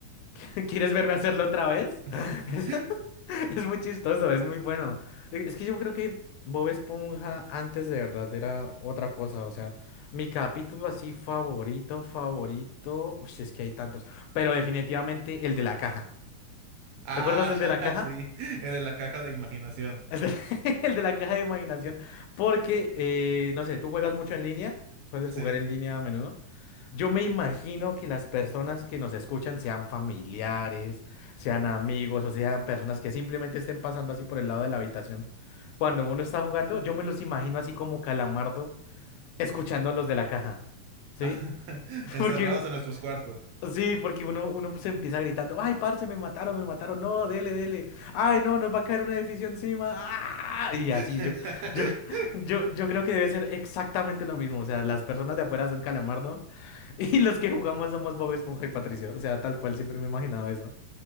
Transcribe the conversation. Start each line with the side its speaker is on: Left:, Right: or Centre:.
Left: <laughs> ¿Quieres verme hacerlo otra vez?
Right: <laughs>
Left: <laughs> <laughs> Es muy chistoso, es muy bueno. E- Es que yo creo que Bob Esponja antes de verdad era otra cosa. O sea, mi capítulo así favorito, favorito. Uy, es que hay tantos. Pero definitivamente el de la caja.
Right: Ah,
Left: ¿Te acuerdas del
Right: <laughs>
Left: de la caja?
Right: sí, el de la caja de imaginación.
Left: El de, <laughs> el de la caja de imaginación. Porque, eh, no sé, tú juegas mucho en línea. Sueles
Right: Sí.
Left: jugar en línea a menudo. Yo me imagino que las personas que nos escuchan sean familiares, sean amigos o sean personas que simplemente estén pasando así por el lado de la habitación. Cuando uno está jugando, yo me los imagino así como Calamardo escuchando a los de la caja. ¿Sí?
Right: <laughs>
Left: <laughs>
Right: Encerrados
Left: Porque uno,
Right: en nuestros cuartos.
Left: sí, porque uno, uno se empieza gritando, ay, parce, me mataron, me mataron, no, dele, dele, ay, no, nos va a caer un edificio encima. ¡Ah! Y
Right: <laughs>
Left: así, yo, yo, <laughs> yo, yo creo que debe ser exactamente lo mismo. O sea, las personas de afuera son Calamardo. Y los que jugamos somos Bob Esponja y Patricio. O sea, tal cual siempre me he imaginado eso.